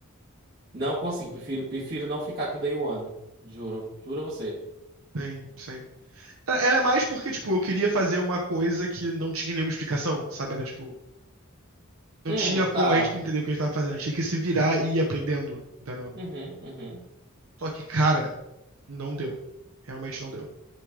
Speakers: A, on the right (about 45°); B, on the right (about 75°).
A: Não consigo. Prefiro, prefiro não ficar com Day One. Juro. Juro a você.
B: Sim, sim. Era mais porque, tipo, eu queria fazer uma coisa que não tinha nenhuma explicação, sabe? Era, tipo, não
A: Hum,
B: tinha como
A: tá.
B: a gente entender o que a gente tava fazendo. A gente tinha que se virar e ir aprendendo, entendeu?
A: Uhum, uhum.
B: Só que, cara, não deu. Realmente não deu.